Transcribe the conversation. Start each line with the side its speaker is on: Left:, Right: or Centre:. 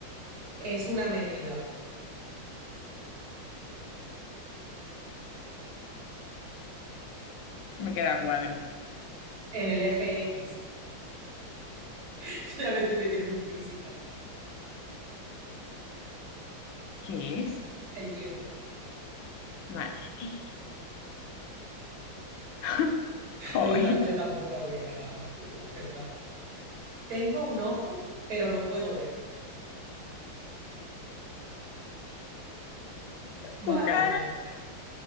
Right: es una medida
Left: me queda a cuadro.
Right: en el eje X. <laughs> Yo ya me estoy metiendo en física.
Left: ¿Qué es?
Right: El tiempo.
Left: Madre mía. <laughs> Joder,
Right: No, yo, ta- yo tampoco la hubiera, la hubiera acertado. Tengo un ojo, pero no puedo ver. Madre
Left: tu cara.
Right: mía.